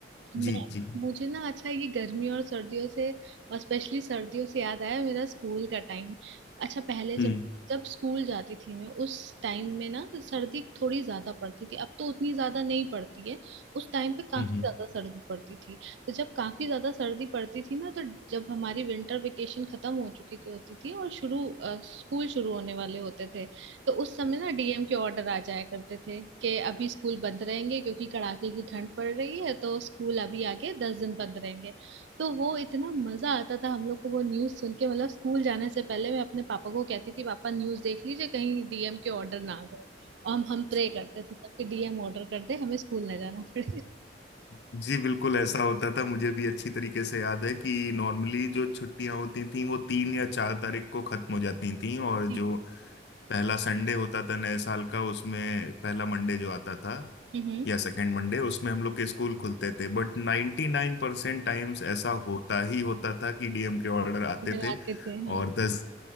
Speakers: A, on the left (about 65°); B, on the right (about 75°).
A: जी
B: मैं
A: जी
B: मुझे ना अच्छा ये गर्मी और सर्दियों से और स्पेशली सर्दियों से याद आया मेरा स्कूल का टाइम अच्छा पहले जब
A: हम्म
B: जब स्कूल जाती थी मैं उस टाइम में ना सर्दी थोड़ी ज्यादा पड़ती थी अब तो उतनी ज्यादा नहीं पड़ती है उस टाइम पे काफी
A: हम्म हम्म।
B: ज्यादा सर्दी पड़ती थी तो जब काफी ज्यादा सर्दी पड़ती थी ना तो जब हमारी विंटर वेकेशन खत्म हो चुकी थी होती थी और शुरू अ, स्कूल शुरू होने वाले होते थे तो उस समय ना डीएम के ऑर्डर आ जाया करते थे कि अभी स्कूल बंद रहेंगे क्योंकि कड़ाके की ठंड पड़ रही है तो स्कूल अभी आगे दस दिन बंद रहेंगे तो वो इतना मजा आता था हम लोग को वो न्यूज सुन के मतलब स्कूल जाने से पहले मैं अपने पापा को कहती थी पापा न्यूज देख लीजिए कहीं डीएम के ऑर्डर ना आ गए और हम हम प्रे करते थे तब कि डीएम ऑर्डर कर दे हमें स्कूल ना जाना पड़े
A: जी बिल्कुल ऐसा होता था मुझे भी अच्छी तरीके से याद है कि नॉर्मली जो छुट्टियां होती थी वो तीन या चार तारीख को खत्म हो जाती थी और
B: जी।
A: जो पहला संडे होता था नए साल का उसमें पहला मंडे जो आता था
B: हम्म
A: या सेकंड मंडे उसमें हम लोग के स्कूल खुलते थे बट 99% परसेंट टाइम्स ऐसा होता ही होता था कि डीएम के ऑर्डर
B: <laughs>
A: आते
B: ऑर्डर
A: थे
B: आते थे हाँ
A: और दस